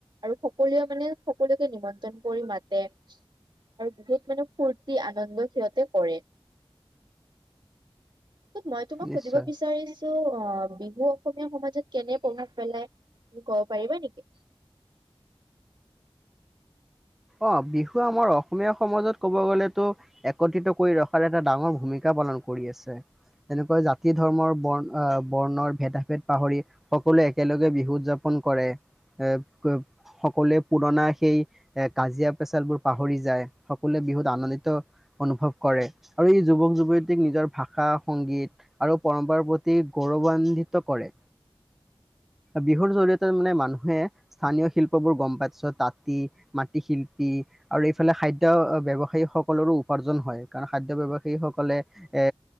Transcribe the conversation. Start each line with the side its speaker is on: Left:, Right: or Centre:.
Right: আৰু সকলোৱে মানে সকলোকে নিমন্ত্ৰণ কৰি মাতে আৰু বহুত মানে ফূৰ্তি আনন্দ সিহঁতে কৰে, মই সুধিব
Centre: নিশ্চয়
Right: বিচাৰিছো অ' বিহু অসমীয়া সমাজত কেনে প্ৰভাৱ পেলাই তুমি ক'ব পাৰিবা নেকি?
Centre: অ' বিহু আমাৰ অসমীয়া সমাজত ক'ব গলেতো একত্ৰিত কৰি ৰখাৰ এটা ডাঙৰ ভূমিকা পালন কৰি আছে। তেনেকুৱা জাতি, ধৰ্মৰ। বৰ্ণ আহ বৰ্ণৰ ভেদা-ভেদ পাহৰি সকলোৱে একেলগে বিহু উদযাপন কৰে, এ সকলোৱে পুৰণা সেই এ কাজিয়া-পেচালবোৰ পাহৰি যায়। সকলোৱে বিহুত আনন্দিত অনুভৱ কৰে আৰু এই যুৱক- যুৱতীক নিজৰ ভাষা, সংগীত আৰু পৰম্পৰাৰ প্ৰতি গৌৰৱান্বিত কৰে। বিহুৰ জৰিয়তে মানে মানুহে স্থানীয় শিল্পবোৰ গম পাই পিছত তাঁতি মাটি শিল্পী আৰু এইফালে খাদ্য ব্যৱসায়ী সকলৰো উপাৰ্জন হয় কাৰণ খাদ্য ব্যৱসায় সেই সকলে এ